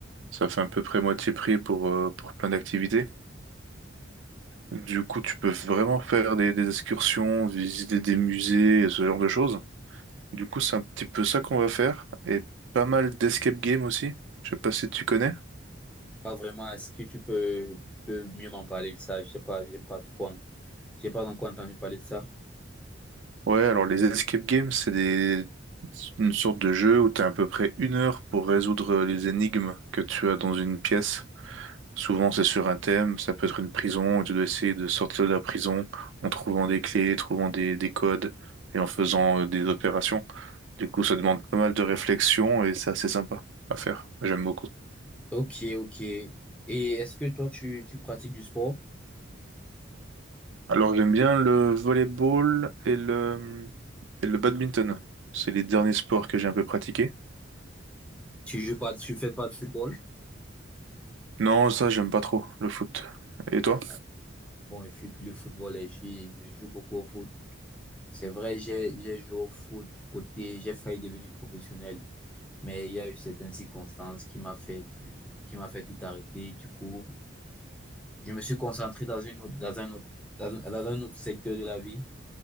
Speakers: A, on the right (about 70°); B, in the centre.
A: ça fait à peu près moitié prix pour, euh, pour plein d'activités du coup tu peux vraiment faire des, des excursions visiter des musées et ce genre de choses du coup c'est un petit peu ça qu'on va faire et pas mal d'escape game aussi je sais pas si tu connais
B: Pas vraiment, est-ce que tu peux, peux mieux m'en parler de ça? Je sais pas, j'ai pas trop, en- j'ai pas encore entendu parler de ça.
A: Ouais, alors les escape games, c'est des... une sorte de jeu où tu as à peu près une heure pour résoudre les énigmes que tu as dans une pièce. Souvent, c'est sur un thème, ça peut être une prison, et tu dois essayer de sortir de la prison en trouvant des clés, trouvant des, des codes et en faisant euh, des opérations. Du coup, ça demande pas mal de réflexion et c'est assez sympa à faire. J'aime beaucoup.
B: Ok, ok. Et est-ce que toi, tu, tu pratiques du sport?
A: Alors, j'aime bien le volleyball et le, et le badminton. C'est les derniers sports que j'ai un peu pratiqués.
B: Tu joues pas, tu fais pas de football?
A: Non, ça, j'aime pas trop, le foot. Et toi?
B: Ah, Bon, je suis plus le football et je, suis- je joue beaucoup au foot. C'est vrai, j'ai, j'ai joué au foot du côté, j'ai failli devenir professionnel, mais il y a eu certaines circonstances qui m'a fait, tout- qui m'a fait tout arrêter. Du coup, je me suis concentré dans une autre, dans un autre, dans un, dans un autre secteur de la vie,